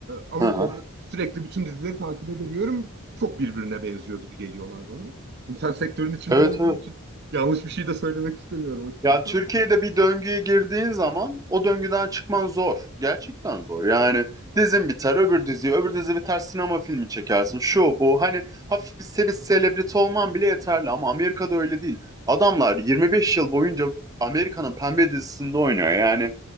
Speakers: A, on the right; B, on the right.
A: ama
B: Hı hı.
A: böyle sürekli bütün dizileri takip edemiyorum. Çok birbirine benziyor gibi geliyorlar bana. Şimdi sen sektörün içinde
B: Evet
A: olduğun
B: evet.
A: için yanlış bir şey de söylemek istemiyorum açıkçası
B: Ya Türkiye'de
A: ama.
B: bir döngüye girdiğin zaman o döngüden çıkman zor. Gerçekten zor. Yani dizin biter, öbür dizi, öbür dizi biter, sinema filmi çekersin. Şu bu hani hafif bir se- bir selebriti olman bile yeterli ama Amerika'da öyle değil. Adamlar 25 yıl boyunca Amerika'nın pembe dizisinde oynuyor. Yani